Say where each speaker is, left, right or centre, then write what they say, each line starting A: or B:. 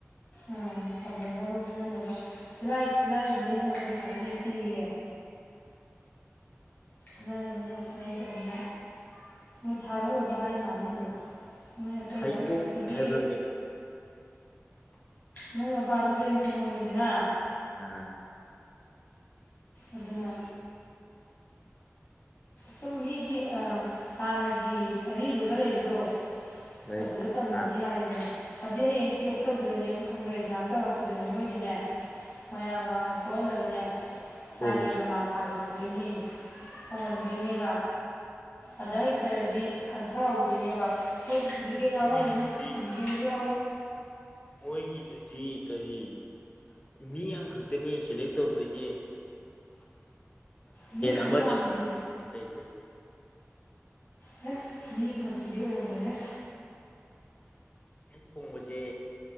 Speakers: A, on the left (about 55°); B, on the left (about 25°).
A: ꯑꯣ ꯇꯝꯍꯟꯅꯕ ꯈꯣꯠꯍꯟꯅꯕ ꯈꯨꯠꯂꯥꯏ ꯈꯨꯠꯂꯥꯏ ꯂꯩꯅꯕ ꯄꯩꯁꯥꯗ ꯂꯩꯇꯦꯌꯦ ꯈꯨꯂꯥꯏ ꯂꯩꯅꯕ ꯄꯩꯁꯥꯗꯣ ꯂꯩꯇꯔꯃꯤꯅ ꯃꯣꯏ ꯊꯥꯔꯛꯑꯣꯗꯤ ꯍꯥꯏ ꯃꯥꯅꯦ ꯑꯗꯨꯝ ꯃꯣꯏ ꯑꯇꯩꯗ
B: ꯍꯩꯉꯣꯛ
A: ꯑꯁꯤꯒꯤ
B: ꯍꯥꯏꯕ꯭ꯔꯥ ꯀꯩꯅꯣ
A: ꯅꯣꯏ ꯃꯄꯥꯁꯨ ꯕꯦꯟ ꯈꯣꯡꯉꯝꯃꯤꯗꯅ
B: ꯑꯥ
A: ꯑꯗꯨꯅ ꯁꯨꯝ ꯃꯤꯒꯤ ꯍꯥꯟꯅꯒꯤ ꯑꯔꯤꯕꯒ ꯂꯩꯕꯗꯣ
B: ꯑꯗꯩ
A: ꯑꯗꯨꯗ ꯇꯝꯃꯗꯤ
B: ꯑꯥ
A: ꯌꯥꯔꯦꯗꯅ ꯑꯗꯨꯗꯤ ꯍꯌꯦꯡ ꯇꯦꯁ ꯇꯧꯗꯣꯏꯅꯦꯕꯨ ꯈꯪꯕ꯭ꯔ ꯑꯦꯛꯖꯥꯝ ꯇꯧꯔꯛꯄꯗꯅꯦ ꯃꯣꯏꯗꯤ ꯅꯦ ꯃꯌꯥꯝ ꯃꯥꯡꯗ ꯊꯣꯛꯍꯜꯂꯒꯅꯦ ꯁꯥ
B: ꯈꯣꯡ
A: ꯔꯦ ꯒꯥ ꯃꯥ ꯄꯥꯜꯍꯟꯗꯣꯏꯅꯤ ꯍꯣꯡꯍꯟꯗꯣꯏꯅꯦꯕ ꯑꯗꯥ ꯍꯩꯇꯔꯗꯤ ꯈꯟꯊꯍꯧꯗꯣꯏꯅꯦꯕ ꯃꯣꯏꯁꯨ ꯐꯤꯖꯤꯀꯦꯜ ꯌꯥꯎꯔꯝꯒꯅꯤ
B: ꯃꯣꯏꯒꯤꯗꯨꯗꯤ
A: ꯐꯤꯖꯤꯀꯦꯜꯁꯨ <unintelligible>
B: ꯑꯩꯈꯣꯏꯒꯤꯗꯨꯗꯤ ꯀꯔꯤ ꯃꯤ ꯌꯥꯝ ꯈꯛꯇꯅꯦ ꯁꯦꯂꯦꯛ ꯇꯧꯗꯣꯏꯖꯦ
A: ꯃꯤꯕꯨꯗꯤ
B: ꯑꯃꯗ
A: ꯌꯥꯝꯗꯦ
B: ꯑꯃꯈꯛꯇꯅꯦ ꯂꯩꯗꯣꯏꯁꯦ
A: ꯍꯦ ꯃꯤ ꯑꯃ ꯈꯛꯗꯤ ꯑꯣꯏꯔꯃꯣꯢꯍꯦ
B: ꯈꯣꯡꯕꯖꯦ